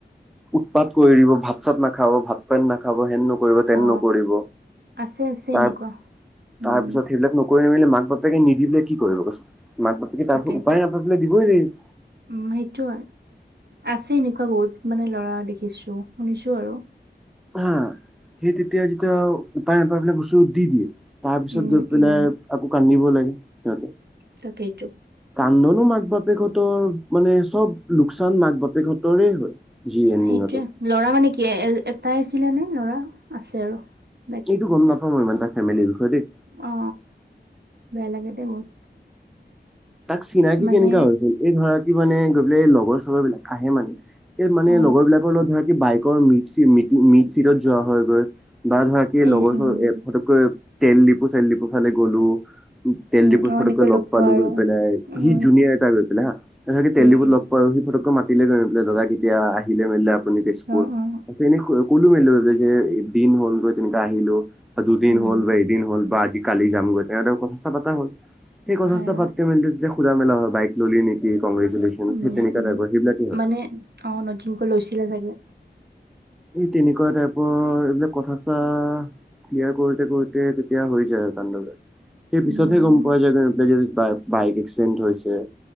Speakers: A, in the centre; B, on the right (about 65°).
A: উৎপাত কৰি দিব ভাত চাত নাখাব ভাত পানী নাখাব হেন নকৰিব তেন
B: অ
A: নকৰিব
B: আছে আছে
A: তাৰ
B: এনেকুৱা উম
A: তাৰপিছত সেইবিলাক ন কৰি মেলি মাক বাপেকে নিদিলে কি কৰিব কচোন মাক বাপেকে তাৰপিছত
B: তাকেইতো
A: উপায় নাপাই পেলাই দিবই লাগিব।
B: উম সেইটো হয়, আছে এনেকুৱা বহুত মানে লৰা‌ দেখিছো শুনিছোঁ আৰু।
A: হা। সেই তেতিয়া যেতিয়া উপাই নাপাই পেলায় বস্তু দি দিয়ে। তাৰ পিছত
B: উম
A: গৈ পেলাই
B: উম
A: আকৌ কান্দিব লাগে সিহঁতে।
B: তাকেইতো।
A: কান্দনো মাক বাপেকহঁতৰ মানে চব লোকচান মাক বাপেকহঁতৰে হয়। জি এণ্ডিঙতো
B: সেইটোৱে। ল'ৰা মানে কি এটাই আছিলে নে ল'ৰা আছে আৰু? বাকী
A: এইটো গম নাপাওঁ ইমান তাৰ ফেমিলিৰ বিষয়ে দেই।
B: অ। বেয়া লাগে দেই বহুত।
A: তাক চিনাকি
B: মানে
A: কেনেকা হৈছিল? এই ধৰা কি মানে গৈ পেলাই এই লগৰ চগৰ বিলাক আহে মানে। এই মানে
B: অ
A: লগৰ বিলাকৰ লগত ধৰা কি বাইকৰ মি মিট চিটত যোৱা হয়গৈ। বা ধৰা কি,
B: উম
A: লগৰ
B: উম
A: চগৰ এই পটককৈ তেল ডিপো চেল ডিপো ফালে গ'লো, তেল
B: উম
A: ডিপোত
B: অ
A: পটককৈ
B: এনেকৈ
A: লগ পালো
B: পোৱা আৰু
A: গৈ পেলাই,
B: উম
A: সি জুনিয়াৰ এটা গৈ পেলাই হা, তাকে তেল
B: উম
A: ডিপোত
B: উম
A: লগ পাই আৰু সি পটককৈ মাতিলে গৈ পেলাই, দাদা কেতিয়া আহিলে মেলিলে আপুনি তেজপুৰত?
B: অ অ
A: যে, এনে কলো মিলিলো যে, দিন হ'ল গৈ তেনেকে আহিলো। বা দুদিন
B: উম
A: হ'ল বা এদিন হ'ল বা আজি কালি যামগৈ, তেনেদৰে কথা চথা পতা হ'ল। সেই কথা
B: হয়
A: চথা
B: হয়
A: পাতি যেতিয়া সুধা মেলা হয় বাইক ললি নেকি? কগ্ৰেচুলেশচন,
B: উম
A: সেই তেনেকুৱা
B: উম
A: টাইপৰ, সেইবিলাকে হয়।
B: মানে অ নতুনকৈ লৈছিলে চাগে,
A: এই তেনেকুৱা টাইপৰ, এইবিলাক কথা - চথা ক্লিয়াৰ কৰোতে কৰোতে তেতিয়া হৈ যায় আৰু কাণ্ড সেই
B: উম
A: পিছতহে গম পোৱা যায় গৈ বাইক, বাইক এক্সিডেণ্ট হৈছে,